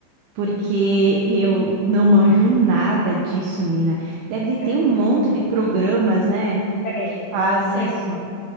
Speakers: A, on the right; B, on the left.
A: Porque
B: Sim.
A: eu não manjo nada disso, menina. Deve de
B: Sério?
A: ter um monte de programas, né,
B: Tem,
A: que faz
B: tem,
A: isso.
B: tem.